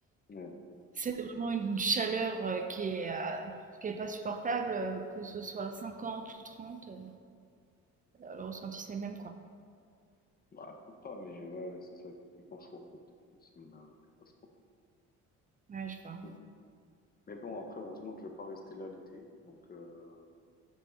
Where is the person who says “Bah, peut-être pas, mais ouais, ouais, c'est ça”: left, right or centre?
Left